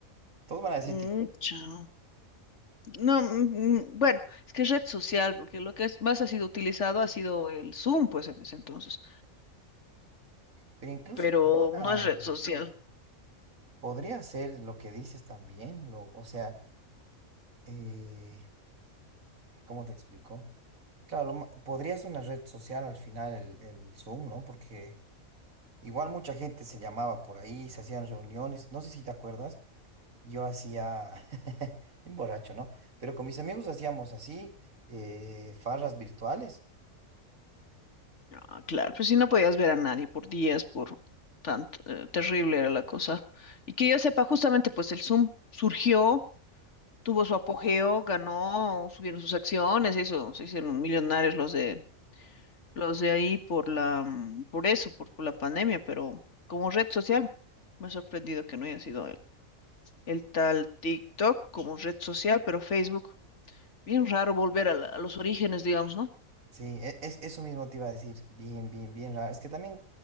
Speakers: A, on the right; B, on the left.
A: Todos van a decir
B: Mm,
A: TikTok,
B: chao. No, mm, mm, bueno, es que es red social, porque lo que es- más ha sido utilizado ha sido el Zoom, pues en ese entonces,
A: pero incluso
B: pero
A: podría,
B: no es red social.
A: podría ser lo que dices también, lo, o sea, eh, ¿cómo te explico? Claro, lo ma- podría ser una red social al final el, el Zoom, ¿no? Porque igual mucha gente se llamaba por ahí, se hacían reuniones, no sé si te acuerdas, yo hacía, <laughs> bien borracho, ¿no? Pero con mis amigos hacíamos así, eh, farras virtuales.
B: Ah, claro, pues si no podías ver a nadie por días, por tanto, eh, terrible era la cosa. Y que yo sepa, justamente pues el Zoom surgió, tuvo su apogeo, ganó, subieron sus acciones, se hizo, se hicieron millonarios los de los de ahí por la mm, por eso, por, por la pandemia, pero como red social me ha sorprendido que no haya sido el, el tal TikTok como red social, pero Facebook, bien raro volver a, la- a los orígenes, digamos, ¿no?
A: Sí, e- es, eso mismo te iba a decir. Bien, bien, bien raro. Es que también,